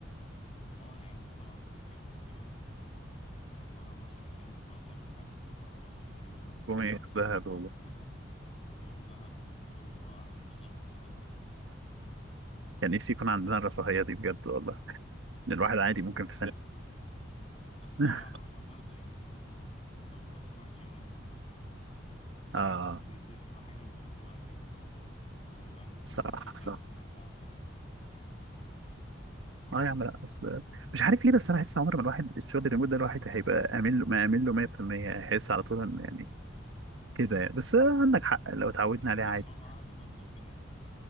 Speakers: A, on the left; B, on the right.
A: اه يا عم طبعا ده في كمان اجانب يعني من بره مصر فاهم اللي هو سابوا حياتهم بره مصر وكده وشغلهم
B: والله جم والله
A: وكل
B: ياخدوها والله
A: حاجه وجيهم دهب وفاهم اللي هو عشان يشتغلوا في دهب او كده
B: كان نفسي يكون عندنا الرفاهيه دي بجد والله ان الواحد عادي
A: يا عم
B: ممكن في سنه
A: اصل
B: <laughs>
A: هو على حسب برضه يعني انت ممكن لو مثلا واحد شغال ريموت
B: اه
A: فدي دي هتبقى حاجه بالنسبه له عاديه انما لو واحد مثلا
B: صح
A: شغال فول تايم
B: صح
A: او كده صعب قوي يعني.
B: اه يا عم لا اصل مش عارف ليه بس انا احس عمر ما الواحد الشغل الريموت ده الواحد هيبقى امين له ما امين له 100% هيحس على طول ان يعني كده يعني. بس عندك حق لو اتعودنا عليه
A: بس
B: عادي
A: هو بقى عادي برضه وكده يعني